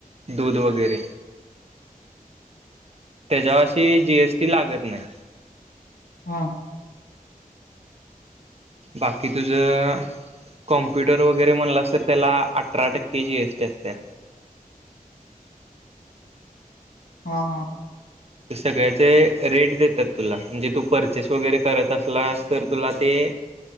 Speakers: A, on the right; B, on the left.
A: दूध वगैरे त्याच्यावाशी जीएसटी लागत नाही
B: हा
A: बाकी तुझं कॉम्प्युटर वगैरे म्हणलास तर त्याला अठरा टक्के जी एस टी असत्या
B: हा हा
A: ते सगळ्याचे रेट देतात तुला म्हणजे तू परचेस वगैरे करत असलास तर तुला ते